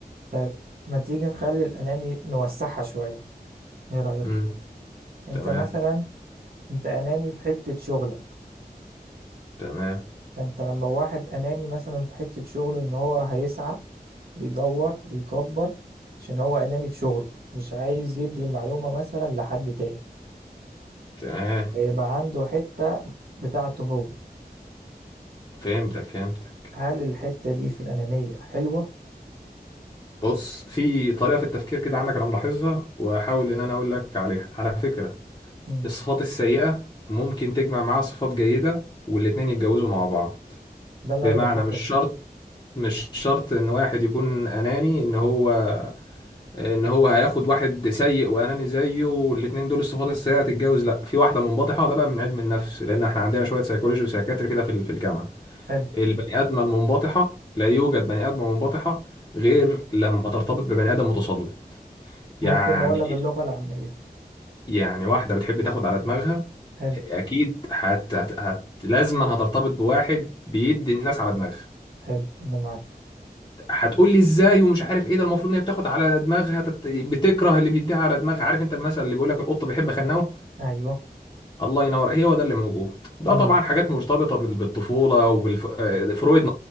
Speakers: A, on the right; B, on the left.
A: طيب ما تيجي نخلي الأناني نوسعها شوية ايه رأيك
B: امم
A: انت
B: تمام
A: مثلا انت أناني في حتة شغلك
B: تمام
A: فانت لما واحد أناني مثلا في حتة شغله ان هو هيسعى ويدور ويكبر عشان هو أناني في شغله مش عايز يدي المعلومة مثلا لحد تاني
B: تمام
A: ويبقى عنده حتة بتاعته هو
B: فهمتك فهمتك
A: هل الحتة دي في الأنانية حلوة؟
B: بص في طريقه في التفكير كده عندك انا ملاحظها واحاول ان انا اقول لك عليها على فكره
A: مم.
B: الصفات السيئه ممكن تجمع معاها صفات جيده والاتنين يتجوزوا مع بعض
A: ده اللي
B: بمعنى
A: أنا بفكر
B: مش
A: فيه
B: شرط مش شرط ان واحد يكون اناني ان هو ان هو هياخد واحد سيء واناني زيه والاتنين دول الصفات السيئه هتتجوز لا في واحده منبطحه ده بقى من علم النفس لان احنا عندنا شويه سيكولوجي وسيكاتري كده في ال- في الجامعه
A: حلو
B: البني ادمه المنبطحه لا يوجد بني ادمه منبطحه غير لما ترتبط ببني ادم متسلط يعني
A: ممكن نقولها باللغة العامية
B: يعني واحده بتحب تاخد على دماغها
A: حلو
B: اكيد هت هت هت لازما هترتبط بواحد بيدي الناس على دماغها
A: حلو أنا معاك
B: هتقول لي ازاي ومش عارف ايه ده المفروض ان هي بتاخد على دماغها تت- بتكره اللي بيديها على دماغها عارف انت المثل اللي بيقول لك القط بيحب خناوه
A: أيوه
B: الله ينور هي هو ده اللي موجود ده
A: مم.
B: طبعا حاجات مرتبطة بال- بالطفولة وبالفرويد